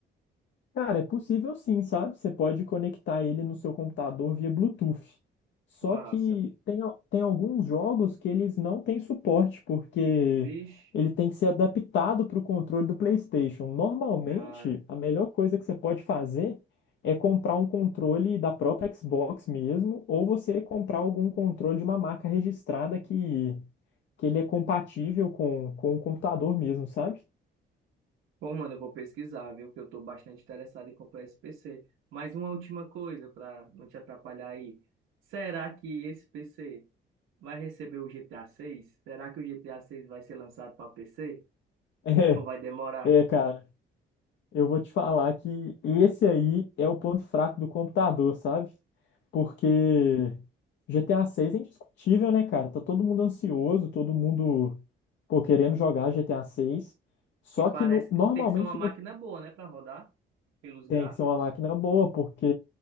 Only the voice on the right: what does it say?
Massa.
Vixe.
Ah,
bom, mano, eu vou pesquisar, viu? Que eu estou bastante interessado em comprar esse PC. Mas uma última coisa, para não te atrapalhar aí. Será que esse PC vai receber o GTA 6? Será que o GTA 6 vai ser lançado para PC?
Ou vai demorar?
E parece
que
tem que ser uma máquina
boa, né, para rodar pelos gráficos.